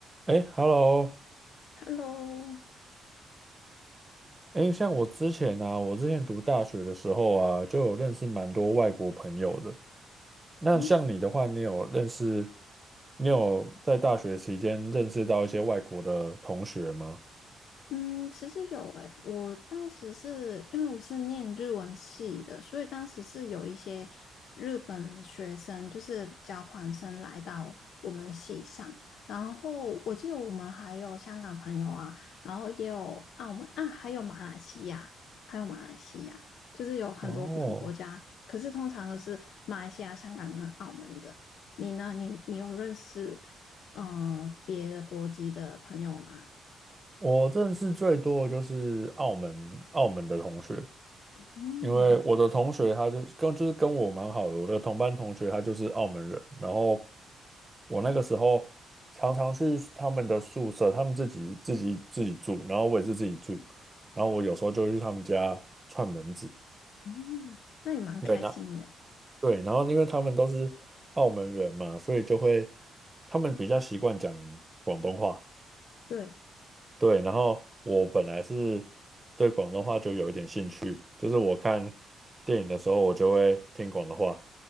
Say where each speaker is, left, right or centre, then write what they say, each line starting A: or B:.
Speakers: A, on the right; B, on the left.
A: 哎，Hello，
B: Hello，
A: 哎，像我之前啊，我之前读大学的时候啊，就有认识蛮多外国朋友的。那像你的话，
B: 我
A: 你有认识，你有在大学期间认识到一些外国的同学吗？
B: 嗯，其实有诶，我当时是因为我是念日文系的，所以当时是有一些日本学生，就是交换生来到我们系上。然后我记得我们还有香港朋友啊，然后也有澳门啊，还有马来西亚，还有马来西亚，就是有很多不同国家。
A: 哦，
B: 可是通常都是马来西亚、香港跟澳门的。你呢？你你有认识嗯、呃别的国籍的朋友吗？
A: 我认识最多的就是澳门澳门的同学，
B: 嗯。
A: 因为我的同学他就是跟就是跟我蛮好的，我的同班同学他就是澳门人，然后我那个时候常常去他们的宿舍，他们自己自己自己住，然后我也是自己住，然后我有时候就会去他们家串门子，
B: 哦，那也蛮开心的诶
A: 对那对，然后因为他们都是澳门人嘛，所以就会他们比较习惯讲广东话，
B: 对，
A: 对，然后我本来是对广东话就有一点兴趣，就是我看电影的时候我就会听广东话。